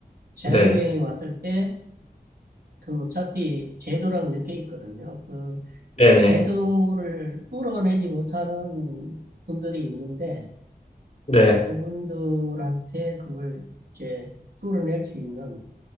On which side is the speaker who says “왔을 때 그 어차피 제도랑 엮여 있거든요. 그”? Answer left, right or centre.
Right